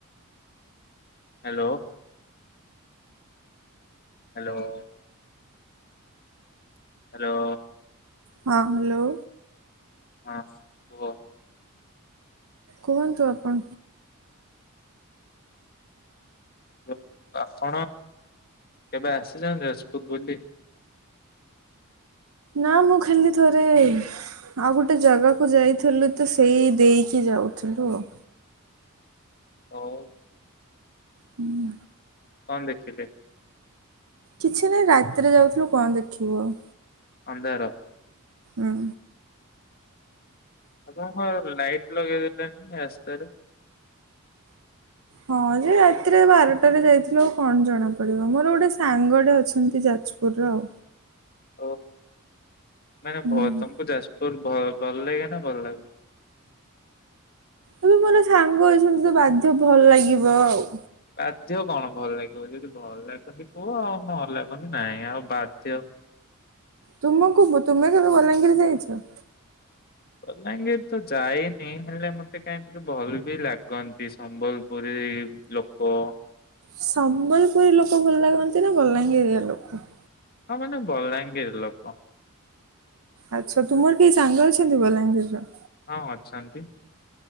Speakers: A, on the left (about 45°); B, on the right (about 75°).
A: ହ୍ୟାଲୋ। ହ୍ୟାଲୋ। ହ୍ୟାଲୋ।
B: ହଁ ହ୍ୟାଲୋ।
A: ହଁ କୁହ।
B: କୁହନ୍ତୁ ଆପଣ।
A: ଯଉ ଆପଣ କେବେ ଆସ ଅଶୁଚନ୍ତି ଯାଜ୍ ପୁର ବୁଲି।
B: ନା ମୁଁ ଖାଲି ଥରେ ଆଉ ଗୋଟେ ଜାଗାକୁ ଯାଇଥିଲୁ ତ ସେଇ ଦେଇକି ଯାଉଥିଲୁ ଆଉ।
A: ହଉ।
B: ହୁଁ।
A: କଣ ଦେଖିଲେ?
B: କିଛି ନାହିଁ ରାତିରେ ଯାଉଥିଲୁ କଣ ଦେଖିବୁ ଆଉ।
A: ଅନ୍ଧାର।
B: ହୁଁ।
A: ଆପଣ କଣ ଲାଇଟ୍ ଲଗେଇ ଦେଲେନି ରାସ୍ତାରେ।
B: ହଁ ଯେ ରାତିରେ ବାରଟାରେ ଯାଇଥିଲ ଆଉ କଣ ଜଣା ପଡିବ ମୋର ଗୋଟେ ସାଙ୍ଗଟେ ଅଛନ୍ତି ଯାଜପୁରର ଆଉ।
A: ଓଉ ମାନେ
B: ହୁଁ।
A: ବହୁତ ସମବୁଝ ଆସ ତୋର ଭଲ ଲାଗେ ନା ଭଲ ଲାଗେ
B: ଏବେ ମୋର ସାଙ୍ଗ ଅଛନ୍ତି ତ ବାଧ୍ୟ ଭଲ ଲାଗିବ ଆଉ।
A: ବାଧ୍ୟ କଣ ଭଲ ଲାଗିବ ଯଦି ଭଲ ଲାଗନ୍ତି କୁହ ଆଉ ଭଲ ଲାଗନ୍ତି ନାଇଁ ଆଉ ବାଧ୍ୟ।
B: ତୁମ କବୁ ତୁମେ କେବେ ବଲାଙ୍ଗୀର ଯାଇଛ।
A: ବଲାଙ୍ଗୀର ତ ଯାଇନି ହେଲେ ମତେ କାହିଁକ ଭଲ ବି ଲାଗନ୍ତି ସମ୍ବଲପୁରୀ ଲୋକ
B: ସମ୍ବଲପୁରୀ ଲୋକ ଭଲ ଲାଗନ୍ତି ନା ବଲାଙ୍ଗୀରଆ ଲୋକ।
A: ହଁ ମାନେ ବଲାଙ୍ଗୀର ଲୋକ।
B: ଆଚ୍ଛା ତୁମର କେହି ସାଙ୍ଗଲ ଅଛନ୍ତିି ବଲାଙ୍ଗୀର ର।
A: ହଁ ଅଛନ୍ତି।